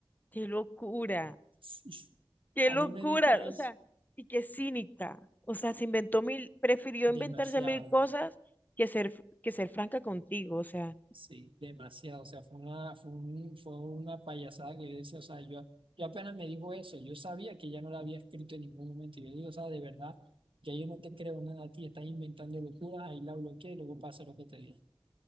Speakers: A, on the left; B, on the right.
A: ¡Qué locura!
B: Sí,
A: ¡Qué
B: a
A: locura!
B: mí me dijo eso
A: O sea, y qué cínica. O sea, se inventó mil, prefirió
B: demasiado.
A: inventarse mil cosas que ser, que ser franca contigo. O sea,
B: Sí, demasiado. O sea, fue una, fue un- fue una payasada que yo decía, o sea, yo, yo apenas me dijo eso, yo sabía que ya no la había escrito en ningún momento. Yo digo, o sea, de verdad, ya yo no te creo nada a ti, estás inventando locuras, ahí la bloqueé y luego pasa lo que te dije.